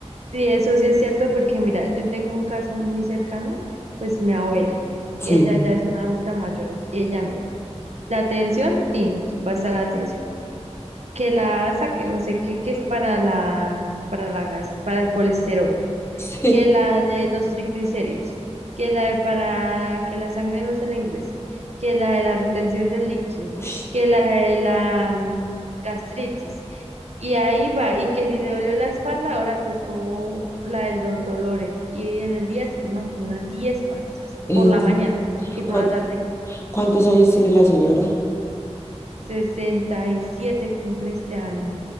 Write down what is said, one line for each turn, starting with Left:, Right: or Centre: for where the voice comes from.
Right: Sí, eso sí es cierto porque mira, yo tengo un caso muy cercano, pues mi abuela,
Left: Sí,
Right: y ella ya es una adulta mayor, y ella mira, la atención, tin, su pasa la atención, que la asa, que no sé qué, que es para la, para la gas, para el colesterol
Left: <laughs> sí.
Right: que la de los triglicéridos, que la de para que la sangre no se le engrese, que la de la retención de líquidos,
Left: Ush,
Right: que la de la mm, gastritis. Y ahí va, y que si le dolió la espalda, ahora tocó la de los dolores. Y en el día se toma como unas 10 pastas
Left: en-
Right: por la mañana y por
Left: ¿cuántos,
Right: la tarde.
Left: cuántos años tiene la señora?
Right: sesenta y siete cumple este año.